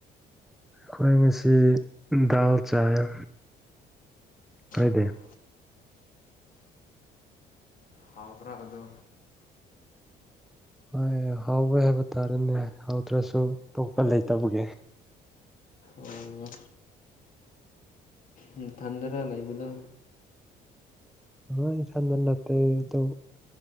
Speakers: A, in the centre; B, on the left.
A: ꯑꯩꯈꯣꯏ ꯉꯁꯤ ꯗꯥꯜ ꯆꯥꯏꯌꯦ ꯀꯥꯏꯗꯩ
B: ꯑꯣ ꯍꯥꯎꯕ꯭ꯔꯥ ꯑꯗꯨ
A: ꯍꯣꯏ ꯍꯥꯎꯋꯦ ꯍꯥꯏꯕ ꯇꯥꯔꯦꯅꯦ ꯍꯥꯎꯇ꯭ꯔꯁꯨ ꯇꯣꯛꯄ ꯂꯩꯇꯕꯒꯤ
B: ꯑꯣ ꯅꯊꯟꯗꯔ ꯂꯩꯕꯗꯣ
A: ꯍꯣꯏ ꯏꯊꯟꯗ ꯅꯠꯇꯦꯗ ꯑꯗꯨ